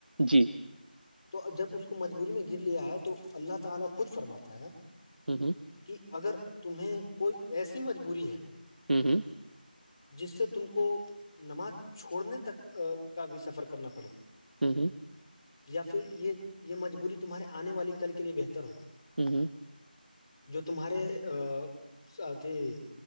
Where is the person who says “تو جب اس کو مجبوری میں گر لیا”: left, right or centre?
Left